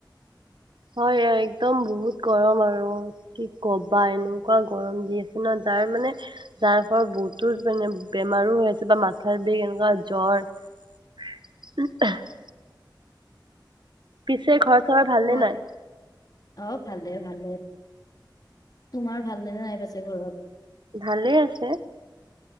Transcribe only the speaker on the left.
হয়
অ', ভালে ভালে তোমাৰ ভাল নে নাই পাছে ঘৰত